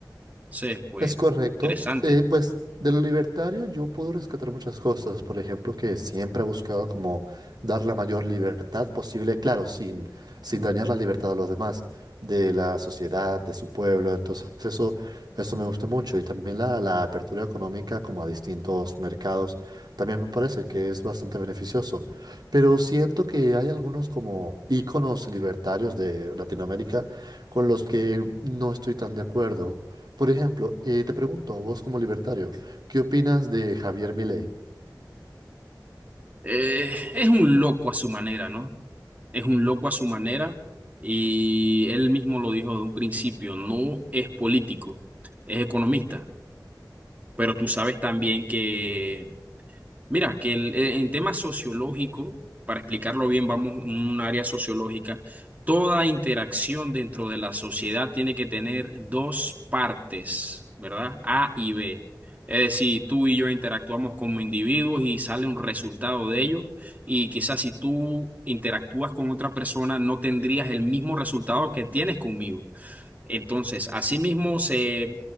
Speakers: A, on the right; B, on the right.
A: Entonces, pues,
B: Es correcto.
A: interesante.
B: Eh, pues de lo libertario yo puedo rescatar muchas cosas. Por ejemplo, que siempre ha buscado como dar la mayor libertad posible, claro, sin, sin dañar la libertad a los demás, de la sociedad, de su pueblo. Entonces eso, eso me gusta mucho. Y también la, la apertura económica como a distintos mercados, también me parece que es bastante beneficioso. Pero siento que hay algunos como íconos libertarios de Latinoamérica con los que no estoy tan de acuerdo. Por ejemplo, eh, te pregunto vos como libertario, ¿qué opinas de Javier Milei?
A: Eh, es un loco a su manera, ¿no? Es un loco a su manera y él mismo lo dijo de un principio, no es político, es economista, pero tú sabes también que Mira, que el- eh, en tema sociológico, para explicarlo bien, vamos a un área sociológica. Toda interacción dentro de la sociedad tiene que tener dos partes, ¿verdad? A y B. Es decir, tú y yo interactuamos como individuos y sale un resultado de ello. Y quizás si tú interactúas con otra persona, no tendrías el mismo resultado que tienes conmigo. Entonces, asimismo se,